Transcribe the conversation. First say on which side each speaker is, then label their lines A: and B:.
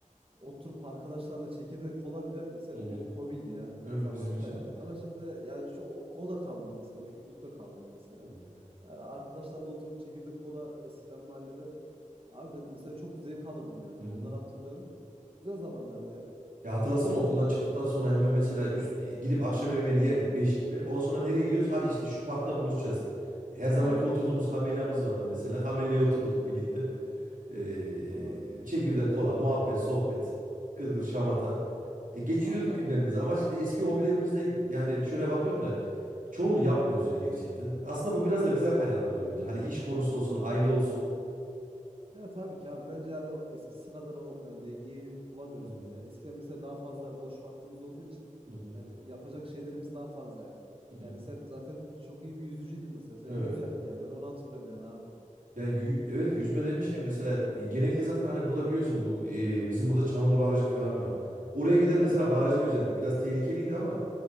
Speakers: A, on the right (about 45°); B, on the right (about 80°).
A: oturup arkadaşlarla çekirdek kola bile mesela
B: Hı hı.
A: bir hobiydi ya
B: Evet
A: zamanında
B: bizim için.
A: yani. Ama şimdi e, yani şu o, o da kalmadı mesela. O kültür de kalmadı mesela.
B: Ya,
A: Yani arkadaşlarla oturup çekirdek kola eskiden mahallede Abi ben mesela çok zevk alırdım yani.
B: Hı hı.
A: Onları hatırlıyorum. Güzel zamanlardı ya.
B: Ya hatırlasana okuldan çıktıktan sonra hemen mesela üst, e, gidip akşam yemeğini yerdik 5 gibi. Ondan sonra nereye gidiyoruz? Hadi işte şu parkta buluşacağız. Her zamanki
A: Aynen.
B: oturduğumuz kamelyamız vardı mesela. Kamelyaya otururduk
A: <laughs>
B: birlikte. Ee,
A: Doğru.
B: çekirdek kola, muhabbet, sohbet, gırgır şamata. E, geçiriyorduk
A: Vallahi
B: günlerimizi
A: öyle.
B: ama şimdi eski hobilerimizden yani şöyle bakıyorum da Çoğunu yapmıyoruz ya gerçekten. Aslında bu biraz da bizden kaynaklanıyor bence. Hani iş konusu olsun, aile olsun.
A: Ya tabii ki abi. Bence yani eskisi kadar o yani dengeyi bulamıyoruz
B: Hı hı,
A: bence. Yani eskiden mesela daha fazla boş vaktimiz olduğu için
B: hı hı,
A: yani yapacak şeylerimiz daha fazlaydı.
B: hı
A: Yani
B: hı.
A: sen zaten çok iyi bir yüzücüydün mesela. Sen
B: Evet.
A: iyi yüzerdin yani. Ben onu hatırlıyorum yani abi.
B: Ya yü- evet yüzme demişken mesela e, genellikle zaten hani burada biliyorsun bu e, bizim burada Çanılı Barajı falan var. Oraya gider
A: Aynen.
B: mesela barajda yüzerdik. Biraz tehlikeliydi ama